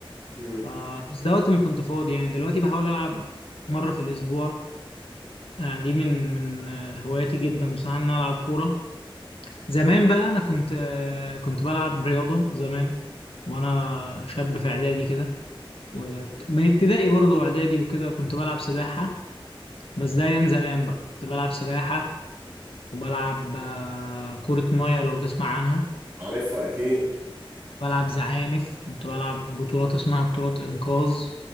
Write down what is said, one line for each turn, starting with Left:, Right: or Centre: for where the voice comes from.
Right: مم،
Left: ف- بس ده وقت ما كنت فاضي يعني دلوقتي بحاول ألعب مرة في الأسبوع يعني دي من من آه، هواياتي جدا بصراحة إن أنا ألعب كورة زمان بقى انا كنت آه، كنت بلعب رياضه زمان وانا شاب في اعدادي كده ومن ابتدائي برضو اعدادي وكده كنت بلعب سباحه بس ده ايام زمان بقى كنت بلعب سباحه وبلعب آه، كره ميه لو تسمع عنها
Right: عارفها اكيد
Left: بلعب زعانف كنت بلعب بطولات اسمها بطولات انقاذ